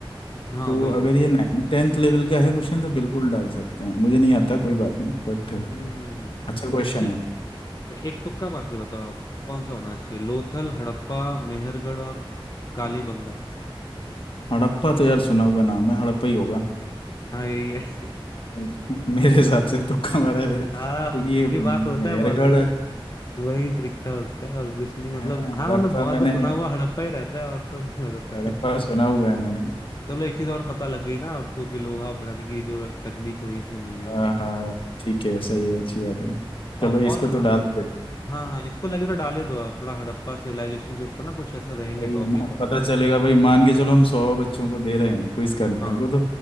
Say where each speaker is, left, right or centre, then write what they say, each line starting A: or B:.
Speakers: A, on the left; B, on the left.
A: हाँ
B: तो
A: वही
B: अगर
A: ना
B: ये नाइन टेंथ लेवल का है क्वेश्चन तो बिल्कुल डाल सकते हैं मुझे नहीं आता कोई बात नहीं बट
A: हम्म हम्म हम्म।
B: अच्छा क्वेश्चन
A: तो
B: है
A: एक तुक्का मार के बताओ आप कौन सा होना चाहिए लोथल हड़प्पा मेहरगढ़ और कालीबंगा
B: हड़प्पा तो यार सुना हुआ नाम है हड़प्पा ही होगा
A: हाँ यही है
B: <laughs> मेरे
A: <laughs>
B: हिसाब से तुक्का मारा है मेरे क्योंकि
A: हाँ वो-
B: ये
A: ये
B: मेहरगढ़
A: बात होता है बहुत बार वही ट्रिक था उसका और कुछ नहीं मतलब
B: है ना
A: हाँ
B: हड़प्पा
A: मतलब बहुत
B: मैंने
A: बार सुना हुआ हड़प्पा ही रहता है और तो नहीं हो रहता
B: हड़प्पा
A: है
B: सुना हुआ है मैंने
A: चलो एक चीज और पता लग गई ना आपको कि लोहा बनाने की जो तकनीक है वहीं से मिली
B: हाँ
A: है
B: हाँ ठीक है सही है अच्छी बात है
A: औ,
B: चलो
A: और
B: इसको
A: आ-
B: तो डाल देते हैं
A: हाँ हाँ इसको लगे तो डाले दो आप थोड़ा हड़प्पा सिविलाइजेशन के ऊपर ना कुछ ऐसे रहेंगे
B: सही
A: टॉपिक
B: है ना
A: वॉपिक
B: पता चलेगा भाई मान के चलो हम सौ बच्चों को दे रहे हैं क्विज करने
A: हाँ
B: को तो